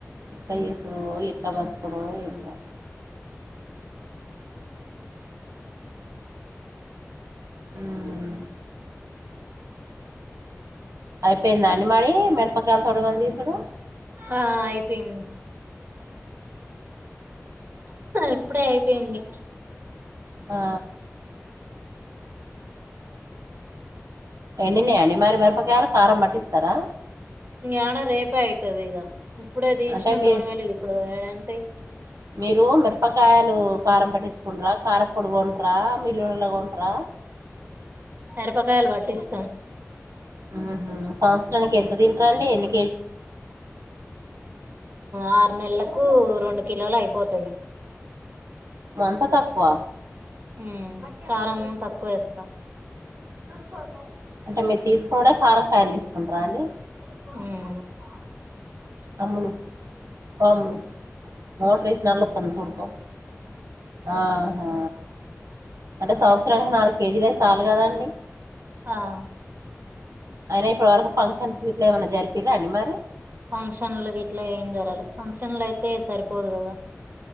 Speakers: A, on the right; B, on the right.
A: ఎట్లా చేసుడో ఎట్లా బతుకుడో ఏమో ఉమ్ అయిపోయింద అండి మరి మిడపకాయలు తోడువళ తీసుడు
B: ఆ అయిపోయింది ఇప్పుడే అయిపోయింది
A: ఆ ఎండినియ అండి మరి మిరపకాయలు కారం పట్టిస్తారా
B: ఎడా రేపా అయితది ఇగ ఇప్పుడ తీసినా
A: అంటే మీరు
B: తోడుమేళ ఇప్పుడు ఏడా అందుతాయి
A: మీరు మిరపకాయలు కారం పట్టించుకుంటరా కారం పోడి టారా మిలుళలాగా కొంట్రా
B: ఎరపకాయలు వాటిస్త
A: హు హు సంవత్సరంనికి ఎంతది రండి ఎనీ
B: ఆ నెలకు రెండు కిలోలు అయిపోతుంది
A: మంత తక్కువ
B: ఉ కారంము తక్కువ వేస్తాం రం కోసర
A: అంటే మీరు తీసుకునుడే కారంకాయలు తీసుకుంటార అండి
B: ఉ
A: అమ్ములు ఓ అమ్ములు మోటార్ రవేసి నల్ల అత్తద సుడుపో ఆహా అంటే సౌ రానికి నాలుగు కేజీలే సాలు కదాండి
B: ఆ
A: అయినా ఇప్పటి వరకు ఫంక్షన్స్ ఇట్లా ఏమన్నా జరిపింరా అండి మరి
B: ఫంక్షన్లకి ఇట్లా ఏం జరాలి ఫంక్షన్లు అయితే సరిపోదు కదా